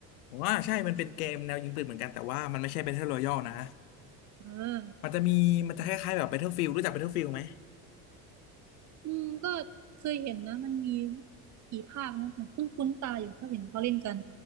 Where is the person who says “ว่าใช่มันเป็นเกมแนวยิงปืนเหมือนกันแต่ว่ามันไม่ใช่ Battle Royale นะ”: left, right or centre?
Left